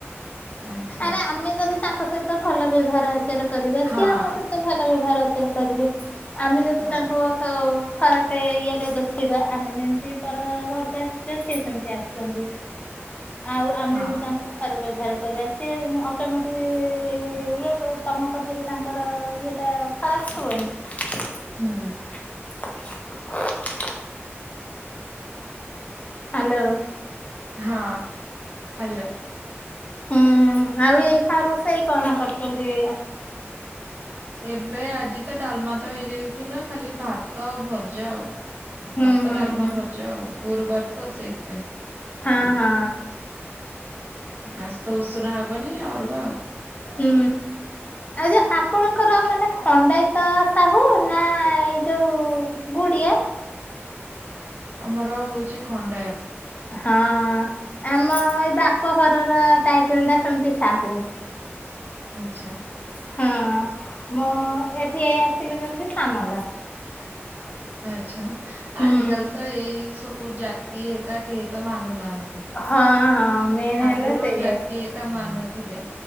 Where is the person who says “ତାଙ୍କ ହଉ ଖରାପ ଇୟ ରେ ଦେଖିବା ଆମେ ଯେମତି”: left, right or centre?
Left